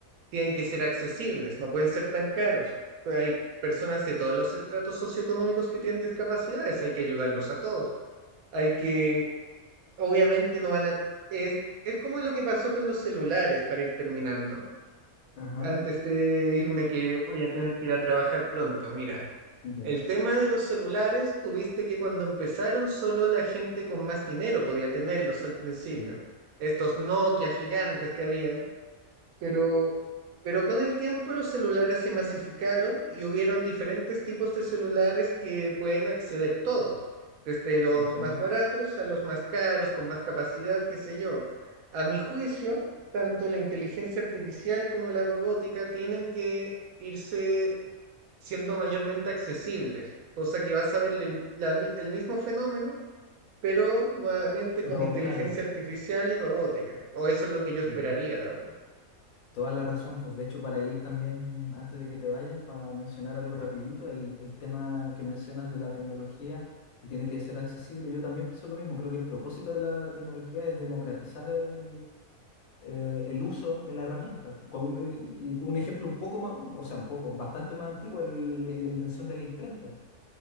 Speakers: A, on the right; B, on the left.
A: tienen que ser accesibles, no pueden ser tan caros. Hay personas de todos los estratos socioeconómicos que tienen discapacidades, hay que ayudarlos a todos hay que obviamente no van a... Es, es como lo que pasó con los celulares para ir terminando.
B: Ajá,
A: Antes de irme que voy a tener que ir a trabajar pronto, mira.
B: ya,
A: El tema de los celulares, tuviste que cuando empezaron solo la gente con más dinero podía tenerlos al principio.
B: sí,
A: Estos Nokia gigantes que había. Pero, pero con el tiempo los celulares se masificaron y hubieron diferentes tipos de celulares que pueden acceder todos, desde los
B: exactamente.
A: más baratos a los más caros, con más capacidad, qué sé yo. A mi juicio, tanto la inteligencia artificial como la robótica tienen que irse siendo mayormente accesibles, cosa que vas a ver el, la mi- el mismo fenómeno, pero nuevamente
B: Pero
A: con inteligencia
B: claro,
A: artificial y robótica. O eso es lo que yo
B: sí.
A: esperaría, la verdad.
B: Toda la razón, pues de hecho para ir también, antes de que te vayas, para mencionar algo rapidito, el, el tema que mencionas de la tecnología, que tiene que ser accesible, yo también pienso lo mismo, creo que el propósito de la tecnología es democratizar el, eh, el uso de la herramienta. Con, eh, y con un ejemplo un poco más, o sea, un poco, bastante más antiguo, el- la la invención de la imprenta.